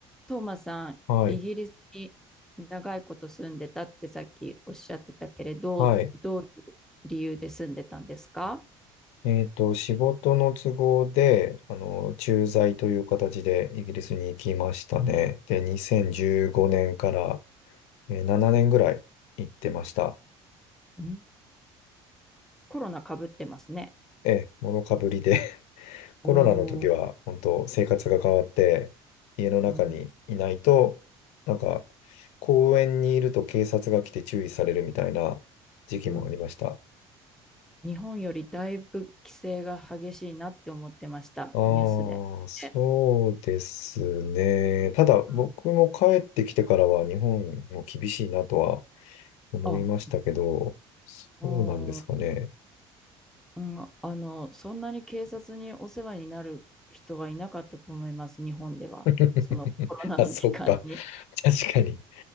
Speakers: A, in the centre; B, on the left (about 80°).
A: トーマさん、
B: はい。
A: イギリスに長いこと住んでたってさっきおっしゃってたけれど、
B: はい。
A: どういう理由で住んでたんですか
B: えっと、仕事の都合で、あの、駐在という形でイギリスに行きましたね。で、2015年から、えー7年ぐらい行ってました。
A: うんコロナかぶってますね。
B: ええ、もろかぶりで <laughs> コロナの時は、
A: おー
B: 本当生活が変わって、家の中にいないと、
A: うん、
B: なんか、公園にいると警察が来て注意されるみたいな時期もありました。
A: うん日本よりだいぶ規制が激しいなって思ってました、
B: ああ、
A: ニュースで。
B: そうですね。
A: で
B: ただ、僕も帰ってきてからは日本も厳しいなとは
A: うん
B: 思いましたけど、
A: あ、
B: そうなんですかね。
A: おーうん、あの、そんなに警察にお世話になる人はいなかったと思います、日本では。
B: <laughs>
A: そのコロナの期間に。
B: あ、そっか。確かに。